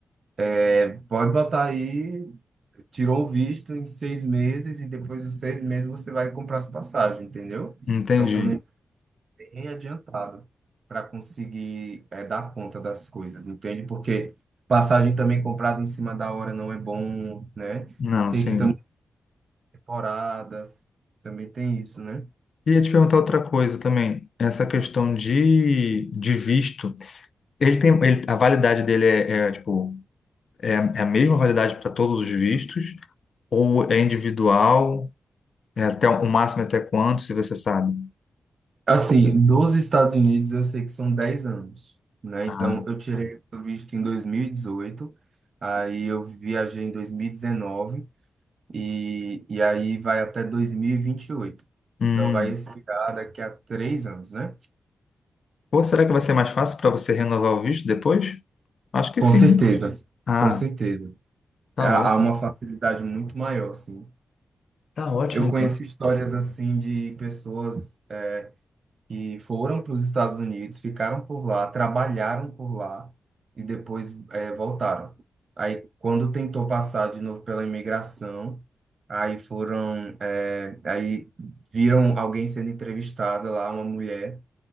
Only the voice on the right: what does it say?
é, pode botar aí. tirou o visto em seis meses e depois dos seis meses você vai comprar as passagens, entendeu?
É um plano bem adiantado para conseguir eh, dar conta das coisas, entende? Porque passagem também comprada em cima da hora não é bom, né?
Tem
que também temporadas, também tem isso, né?
Assim, dos Estados Unidos eu sei que são 10 anos, né?
Então eu tirei o visto em 2018, aí eu viajei em 2019 e, e aí vai até 2028.
Então vai expirar daqui a três anos, né?
Com
certeza,
com certeza.
Há
há uma facilidade muito maior, sim.
Eu
conheço histórias assim de pessoas é, que foram para os Estados Unidos, ficaram por lá, trabalharam por lá e depois é, voltaram. Aí, quando tentou passar de novo pela imigração, aí foram, é, aí viram alguém sendo entrevistada lá, uma mulher